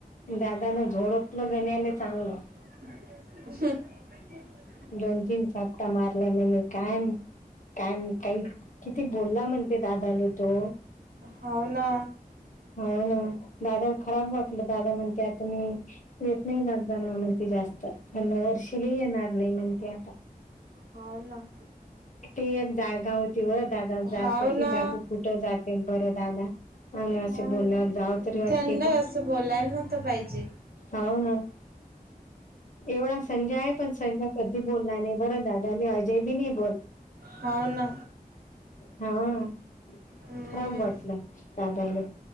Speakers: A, on the left; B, on the right.
A: दादानं झोडपलं गण्याले चांगलं.
B: <inaudible>
A: दोन तीन चापटा मारल्या. म्हणे काय काय म काही किती बोलला म्हण ते दादाले तो.
B: होव ना.
A: हो ना. दादाला खराब वाटलं. दादा म्हणते आता मी येत नाही जात जाणार म्हण ती जास्त. त्यांना वर्षिली येणार नाही म्हण ते आता.
B: हो ना.
A: ती जागा होती व दादाला जायासाठी,
B: हाव ना
A: बाकी कुठं जाते बरं दादा. हा ना असे
B: हाव
A: बोलल्यायावर
B: ना
A: जाव तरी वाटते
B: त्यांना
A: का.
B: असं बोलायला नव्हतं पाहिजे
A: हो ना एवढा संजा आहे पण संजा कधी बोलला नाही बरं दा त्यांनी आजे बी नाईत
B: हो ना
A: हा खराब
B: हम्म
A: वाटलं दादाले